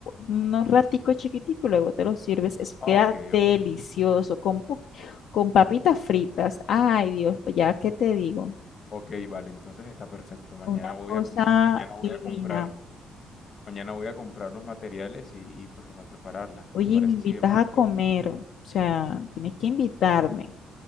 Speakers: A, on the left (about 70°); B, on the left (about 50°).
A: unos raticos chiquiticos, luego te los sirves. Eso
B: Ah,
A: queda
B: ok,
A: delicioso
B: ok.
A: con, po- con papitas fritas. Ay, Dios, pues, ya que te digo,
B: Ok, vale, entonces está perfecto. Mañana
A: una
B: voy
A: cosa
B: a comprar, mañana voy
A: divina.
B: a comprar Mañana voy a comprar los materiales y, y, pues a prepararla.
A: Oye,
B: ¿Te parece
A: me invitas
B: si de pronto...
A: a comer, o sea, tienes que invitarme.